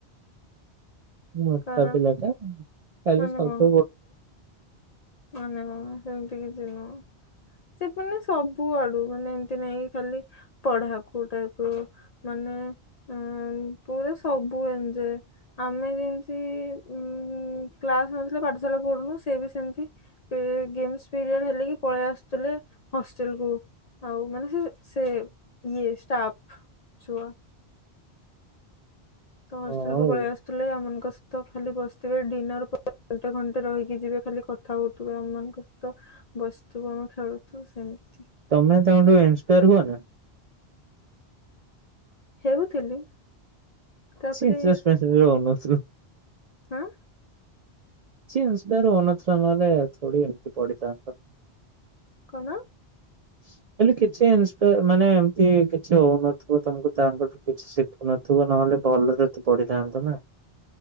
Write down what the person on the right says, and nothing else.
ମୋଟା
ପିଲା ଟା, ଖାଲି
ସବୁ
ହଁ ଆଉ
ତମେ ତାଙ୍କଠୁ ଇନ୍ସପାୟାର ହୁଅ ନା?
ଛି ହଉନଥିଲୁ
କିଛି ଇନ୍ସାୟାର୍ ହଉ ନଥିଲ, ନହେଲେ ଥୋଡି଼ ଏମତି ପଡିଥାନ୍ତ।
<inaudible> କହିଲି କିଛି ଇନସ୍ପେୟାର ମାନେ, ଏମିତି କିଛି ହଉନଥିବ ତମକୁ ତାଙ୍କଠୁ କିଛି ଶିଖୁନ ତୁ ନହେଲେ ଭଲରେ ତୁ ପଢିଥାନ୍ତୁ ନା।